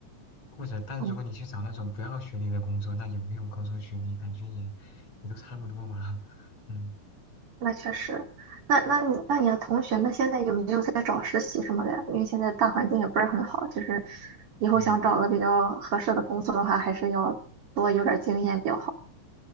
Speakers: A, on the left; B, on the right.
A: 或者，但如果你去找那种不要学历的工作，
B: 嗯。
A: 那有没有高中学历，感觉也也都差不多吧。<laughs> 嗯。
B: 那确实，那那你那你的同学们现在有没有在找实习什么的呀？因为现在大环境也不是很好，就是以后想找个比较合适的工作的话，
A: 嗯
B: 还是要多有点儿经验比较好。